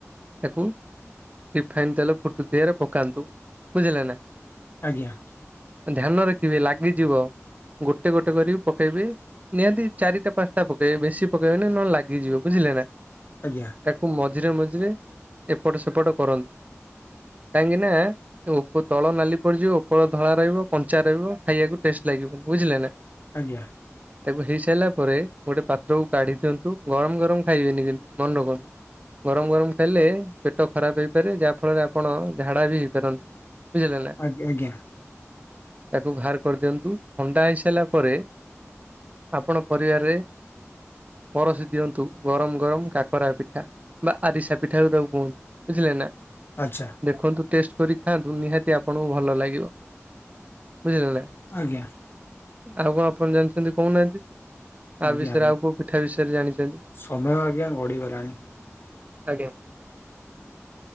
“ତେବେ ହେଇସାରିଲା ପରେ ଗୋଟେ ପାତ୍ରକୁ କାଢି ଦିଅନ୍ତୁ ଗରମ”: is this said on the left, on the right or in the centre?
Right